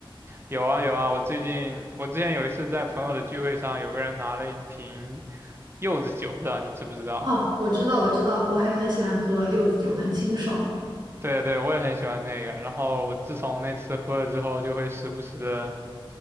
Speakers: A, on the right; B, on the right.
A: 有啊有啊，我最近我之前有一次在朋友的聚会上，有个人拿了一瓶柚子酒，不知道你知不知道？
B: 哦，我知道，我知道，我还很喜欢喝柚子酒，很清爽。
A: 对啊对啊，我也很喜欢那个。然后我自从那次喝了之后，就会时不时的